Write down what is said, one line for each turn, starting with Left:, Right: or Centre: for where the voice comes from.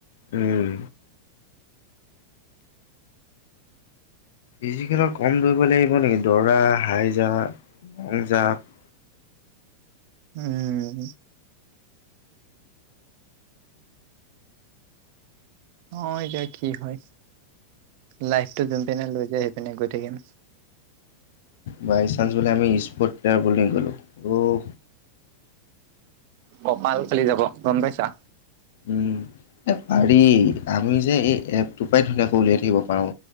Left: উম। ফিজিকেলত কম দৌৰিব লাগিব নেকি! দৌৰা, হাই জাম্প, লং জাম্প
Right: উম। অঁ এতিয়া কি হয় লাইফটো যোন পিনে লৈ যায় সেইপিনে গৈ থাকিম।
Left: বাই চান্স বুলে আমি স্পৰ্ট প্লেয়াৰ বুলি কৰিলোঁ অ'হ।
Right: কপাল ফালি যাব গম পাইছা?
Left: উম। এ পাৰি আমি যে এই এপটোৰ পৰাই ধুনীয়াকৈ উলিয়াই থাকিব পাৰো